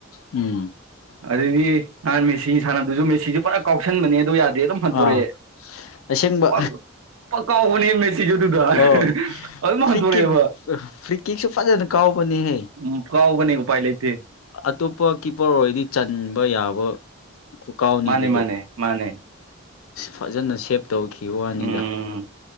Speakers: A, on the left; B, on the right.
A: ꯎꯝ
B: ꯑꯗꯨꯗꯤ ꯅꯍꯥꯟ ꯃꯦꯁꯤ ꯁꯥꯟꯅꯕꯗꯨꯁꯨ ꯃꯦꯁꯤꯁꯨ ꯄꯨꯂ ꯀꯥꯎꯁꯟꯕꯅꯦ ꯑꯗꯨ ꯌꯥꯗꯦ ꯑꯗꯨꯝ ꯍꯟꯇꯣꯔꯛꯑꯦ
A: ꯑꯥ ꯑꯁꯦꯡꯕ
B: ꯄꯛ ꯀꯥꯎꯕꯅꯦ ꯃꯦꯁꯤꯁꯨ ꯑꯗꯨꯗ
A: ꯑꯣ
B: ꯑꯗꯨꯝ
A: ꯐꯔꯤ
B: ꯍꯟꯇꯣꯔꯛꯑꯦꯕ
A: ꯀꯦꯛ ꯐꯔꯤ ꯀꯦꯛꯁꯨ ꯐꯖꯅ ꯀꯥꯎꯕꯅꯦꯍꯦ
B: ꯎ ꯀꯥꯎꯕꯅꯤ ꯎ ꯄꯥꯏ ꯂꯩꯇꯦ
A: ꯑꯇꯣꯞꯄ ꯀꯤꯞꯄꯣꯔ ꯑꯣꯏꯔꯗꯤ ꯆꯟꯕ ꯌꯥꯕ ꯀꯥꯎꯅꯤ ꯑꯗꯨ
B: ꯃꯅꯦ ꯃꯥꯅꯦ
A: ꯐꯖꯅ ꯁꯦꯞ ꯇꯧꯈꯤ ꯋꯥꯅꯤꯗ
B: ꯎꯝ